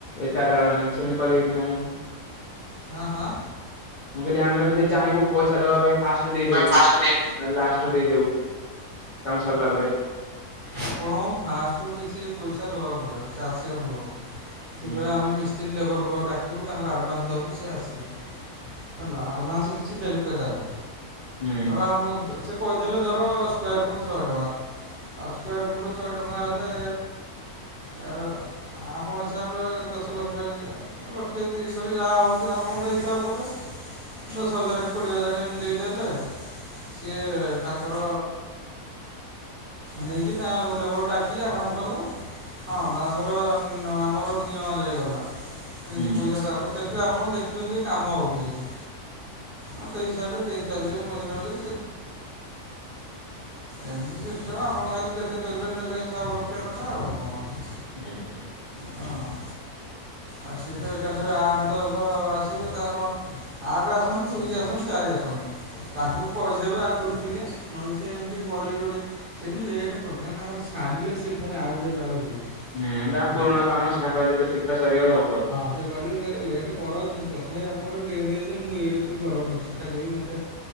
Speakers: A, on the left (about 55°); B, on the right (about 50°).
A: ଏକାଗ୍ରଳ ନାହିଁ ସେମିତି କରିବେ କି ନାହିଁ।
B: ହଁ ହଁ?
A: ମୁଁ କହିଲି ଆମେ ଯଦି ଚାହିଁବୁ ପଇସା ଦବା ପାଇଁ ଫାଷ୍ଟ ଦେଇଦବୁ।
B: ପାଇଁ ଫାଷ୍ଟ ଦେଇ
A: ନଲେ ଲାଷ୍ଟରୁୁ ଦେଇଦବୁ କାମ ସରିଲା ପରେ।
B: ଆପଣଙ୍କୁ ଫାଷ୍ଟୁ କିଛି ପଇସା ଦେବାକୁ ପଡ଼ିବ ଚାଷିବା ପୂର୍ବରୁ ସେ
A: ହୁଁ
B: କହିବା ଆମେ ଆମେ ମିସ୍ତ୍ରୀ ଲେବର ଭ ଡାକିବୁ ତାଙ୍କୁ ଆଡ଼ଭାସ ଦେବୁ ସିଏ ଆସିବେ। ହେଲା ଆଡଭାନ୍ସ କିଛି ଦେଲେ ପ ତାଙ୍କୁ।
A: ହୁଁ
B: ର ଆମ ସେ କହିଦେଲେ ଧର ସ୍କ୍ୋୟାର ଫିଟ ଶହେ ଟଙ୍କା ସ୍କ୍ୱାର ପୁଟ୍ ଶହେ ଟଙ୍କା ହେଲେ ହଁ ଆପଣ ହସାର ଲ ଦଶ ଲକ୍ଷ ଲକ୍ଷେ ଦୁଇ ଲକ୍ଷ ଯାହା ହଉଛି ଆପଣ ଗୋଟେ ହିସାବ କଲେ। ଦଶ ହଜାର କୋଡିଏ ହଜାର ଏମତି ଦେଇଦଲେ ସିଏ ତାଙ୍କର ନେଇକି ତା ଲେବଲ ଡାକି ଆରମ୍ଭ କଲେ। ହଁ ତା ଧର ଆମର ନିଅଁ ଯାଇଗଲା। ସେ କିଛି
A: ହୁଁ
B: ପଇସା ତାପରେ ଦେଖିଲେ ଆପଣ ଦେଖୁଛନ୍ତି କାମ ହେଉଛି କିଛି ହଁ ସେଇ ହିସାବରେ ଦେଇଛି ଚାଲିଥିଲବେ ମଝିରେ ମଝିରେ ଏମିତି ସିଷ୍ଟମ୍ ଆଉ। କଣ ଖାଲି କେତେ ଦେଲେ ନେଲେ ହିସାବ ରଖିବା କଥା ଆଉ କଣ।
A: ଆଜ୍ଞା।
B: ହଁ। ଆଉ ସେଏ ତ ଏକାଥରେ ଆଠ ଦଶ ଆସିବେ ତାଙ୍କର ଆଠ ଆସନ୍ତୁ ଦୁଇ ଆସନ୍ତ ଚାରି ଆସନ୍ତୁ ତାଙ୍କୁ କହିଦେବେ ଆଗରୁ ଟିକେ ନହେଲେ ସେ ଏମିତି ଗୋଡ଼େଇ ଗୋଡ଼େ ସେ ବି ଲେଟ୍ କାକନା ତାର ସାରିଲେ ସ ସେଏ ପୁଣି ଆଉ ଗୋଟଏ ଜାଗାକୁ ଯିବେ।
A: ହୁଁ ତା
B: ହଁ।
A: ପୁରୁଣା କାମ ସେଟା କ ଯେତେ ଶୀଘ୍ର ସରିବ ହବ।
B: ଆ କରି ସେ ଲେଟ୍ କରନି ତଥାପି ଆପଣ ଗୋଟେ ଡେଟ୍ ଦେଇ ଯେ ମୁଁ ଏଇ ଋତିରେ କର ପାରୁଛି। ଚେଷ୍ଟତା କରି ମୋତେ